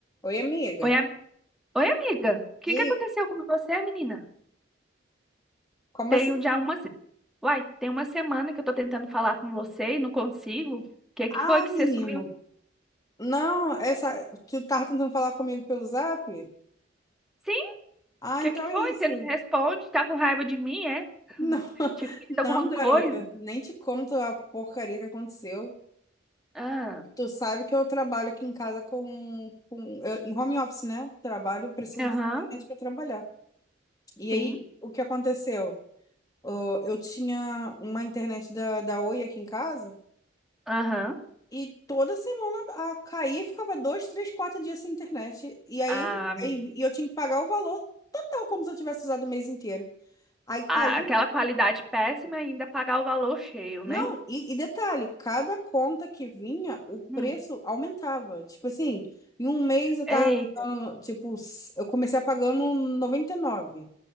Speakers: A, on the left (about 20°); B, in the centre.
A: Oi, amiga.
B: Oi, am- Oi, amiga. O que
A: E
B: que
A: aí,
B: aconteceu com você, menina?
A: como
B: Tenho
A: assim?
B: já uma. se- Uai, tem uma semana que eu tô tentando falar com você e não consigo. O que que
A: Ah,
B: foi que você
A: menino.
B: sumiu?
A: Não, essa. Tu tava tentando falar comigo pelo zap?
B: Sim, o
A: Ah,
B: que
A: então
B: que foi?
A: é isso.
B: Você não me responde? Tá com raiva de mim, é? <laughs>
A: Não, <laughs>
B: Te fiz alguma
A: não, garota.
B: coisa?
A: Nem te conto a porcaria que aconteceu.
B: Ah,
A: Tu sabe que eu trabalho aqui em casa com, com eu- em home office, né? Trabalho, preciso
B: aham,
A: da internet para trabalhar. E
B: sim,
A: aí, o que aconteceu? Ah, eu tinha uma internet da, da Oi aqui em casa.
B: aham.
A: E toda semana a caía e ficava dois, três, quatro dias sem internet. E aí,
B: Ah,
A: aí- e eu tinha que pagar o valor total, como se eu tivesse usado o mês inteiro. Aí caí.
B: a- aquela qualidade péssima e ainda pagar o valor cheio,
A: Não,
B: né?
A: e, e detalhe, cada conta que vinha, o preço
B: Hum,
A: aumentava. Tipo assim, em um mês eu
B: eita,
A: tava pagando, tipo, s- eu comecei a pagando noventa e nove